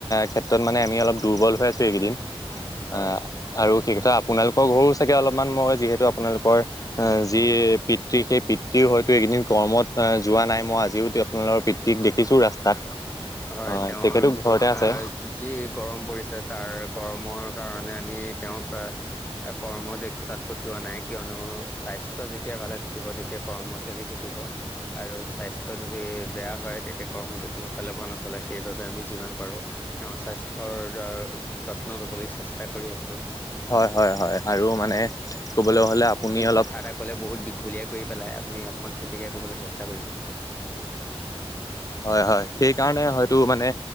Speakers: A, on the left (about 35°); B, on the left (about 20°).
A: ক্ষেত্ৰত মানে আমি অলপ দুৰ্বল হৈ আছো এইকেইদিন।
B: হয়
A: অ আৰু সেই কথা আপোনালোকৰ ঘৰো চাগে অলপমান মই যিহেতু লোকৰ যি পিতৃ সেই পিতৃ হয়তো এইকেদিন কৰ্মত যোৱা নাই মই আজিও আপোনালোকৰ পিতৃক দেখিছোঁ ৰাস্তাত।
B: হয়
A: অ
B: তেওঁৰ
A: তেখেতো ঘৰতে আছে
B: আহ যি গৰম পৰিছে তাৰ গৰমৰ কাৰণে আমি তেওঁক কৰ্ম দক্ষতাত পঠিওৱা নাই। কিয়নো স্বাস্থ্য যেতিয়া ভালে থাকিব তেতিয়া। কৰ্ম চলি থাকিব আৰু স্বাস্থ্য যদি বেয়া হয় তেতিয়া কৰ্মতো কোনো ফালৰ পৰা নচলে। সেইবাবে আমি যিমান পাৰোঁ তেওঁৰ স্বাস্থ্যৰ দ্বাৰা যত্ন ল'বলৈ চেষ্টা কৰি আছোঁ।
A: হয় হয় হয় আৰু মানে ক'বলৈ হ'লে আপুনি অলপ
B: কথা এটা ক'লে বহুত দীঘলীয়া কৰি পেলাই আপুনি অকমান ছুটিকে কবলৈ চেষ্টা কৰিব
A: হয় হয় সেই কাৰণে হয়তো মানে